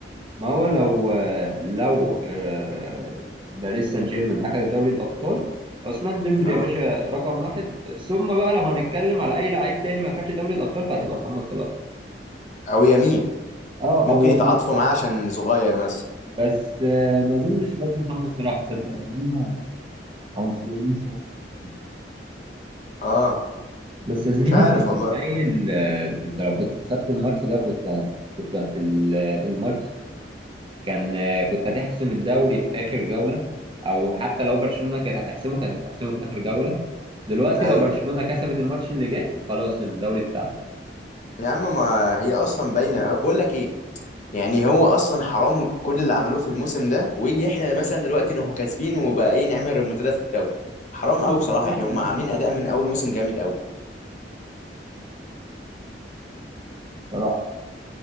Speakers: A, on the right (about 30°); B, on the left (about 40°).
A: ما هو لو آه، لو آه، باريس سان جيرمان اخد دوري الابطال عثمان ديمبلي
B: اه
A: يا باشا رقم واحد ثم بقى لو هنتكلم على اي لعيب تاني ما خدش دوري الابطال فهتبقى محمد صلاح
B: او يمين
A: اه
B: ممكن
A: او يامال
B: يتعاطفوا معاه عشان صغير مثلا
A: بس آه، ما اظنش برضو محمد صلاح تصدق لان هم عنصريين شويه في الحته دي
B: اه
A: بس يا زميلي
B: مش عارف
A: انت متخيل
B: والله
A: آه، انت لو كنت كسبت الماتش ده كنت هت... كنت هت... ال- الماتش كان آه، كنت هتحسم الدوري في اخر جوله او حتى لو برشلونه كانت هتحسمه كانت هتحسمه في اخر جوله دلوقتي
B: ايوه
A: لو برشلونه كسبت الماتش اللي جاي خلاص الدوري بتاعها
B: يا عم ما هي اصلا باينه بقول لك ايه يعني هو اصلا حرام كل اللي عملوه في الموسم ده ويجي احنا مثلا دلوقتي نروح كاسبين وبقى ايه نعمل ريمونتادا في الدوري حرام
A: بص
B: قوي بصراحه
A: هي
B: يعني
A: هي
B: هم عاملين
A: الدنيا
B: اداء من اول موسم جامد قوي
A: صراحه